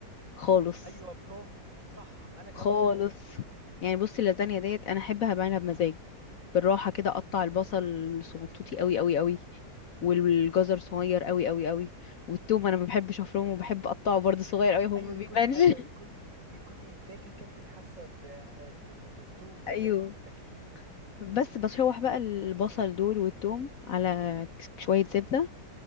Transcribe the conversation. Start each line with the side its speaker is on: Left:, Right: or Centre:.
Left: خالص
Right: ايوه برافو صح انا كمان
Left: خالص
Right: كده
Left: يعني بصي اللازانيا ديت انا احبها بعملها بمزاج بالراحه كده اقطع البصل صغنطوطي قوي قوي قوي والجزر صغير قوي قوي قوي والثوم انا ما بحبش افرمه وبحب اقطعه برضه صغير
Right: أي-
Left: قوي هو
Right: ايوه
Left: ما بيبانش
Right: يكون ايوه
Left: <laughs>
Right: يكون يكون يتاكل كده تكوني حاسه ب- ب- ب- بالتوم
Left: ايوه
Right: كده وانتي بتاكليه
Left: بس بشوح بقى البصل دول والثوم على شويه زبده